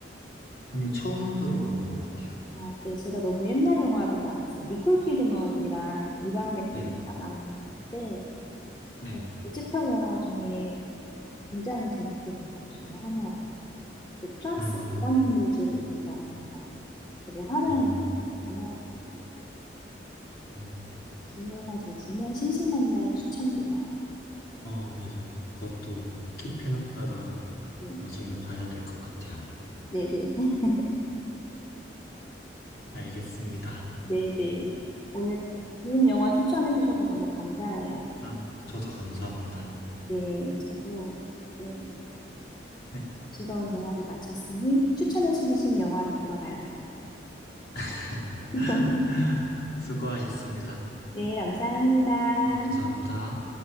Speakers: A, on the left; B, on the left.
A: 아니요, 처음 들어보는 것 같아요.
B: 어, 네, 제가 너무 옛날 영화를 말해서 니콜 키드먼이랑 이완 맥그리거가
A: 네,
B: 나오는 영화인데
A: 네.
B: 어, 뮤지컬 영화 중에 굉장히 재밌게 본 것 중에 하나예요. 그 프랑스
A: 음,
B: 문학무즈를 배경으로 한 되게 화려한
A: 어,
B: 거요.
A: 음,
B: 기회가 되시면 심심한 날 추천드려요.
A: 어, 네, 저 그것도 킵해놨다가
B: 음,
A: 나중에 봐야 될 것 같아요.
B: 네네. <laughs>
A: 알겠습니다.
B: 네네. 오늘 좋은 영화 추천해 주셔서 너무 감사해요.
A: 아, 저도 감사합니다.
B: 네, 저도 네,
A: 네,
B: 즐거운 대화를 마쳤으니 추천해 주신 영화를 보러 가야 될 것 같아요.
A: <laughs>
B: <laughs>
A: 수고하셨습니다.
B: 네, 감사합니다.
A: 네, 감사합니다.